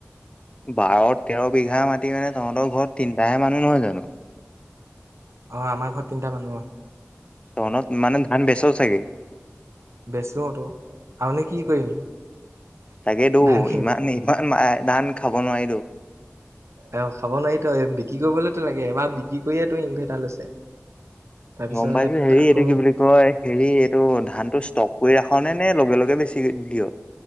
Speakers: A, on the left (about 25°); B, on the right (about 70°).
A: বাৰ তেৰ বিঘা মাতি মানে তহঁতৰ ঘৰত তিনিটাহে মানুহ নহয় জানো?
B: অ' আমাৰ ঘৰত তিনটা মানুহ হয়।
A: তহতৰ মানে ধান বেচাও চাগে?
B: বেচোটো আৰু নো কি কৰিম?
A: তাকেতো
B: ধান খিনি
A: ইমান ইমান ধান খাব নোৱাৰি তো'।
B: অ' খাব নোৱাৰি তো বিক্ৰী কৰিবলেতো লাগে এবাৰ বিক্ৰী কৰিয়ে তো ইনভাৰটাৰ লৈছে। তাৰপিছত
A: গম পাইছো হেৰি
B: আকৌ
A: এইটো কি বুলি কয়? হেৰি এইটো ধান টো ষ্টক কৰি ৰাখ নে নে লগে লগে বেছি দিয়।